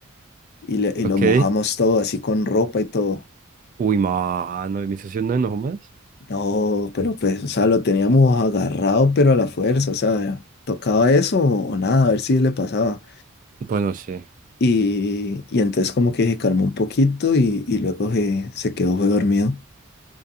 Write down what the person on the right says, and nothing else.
Ok.
Uy, mano. ¿Y mi socio no enojó más?
Pues no sé.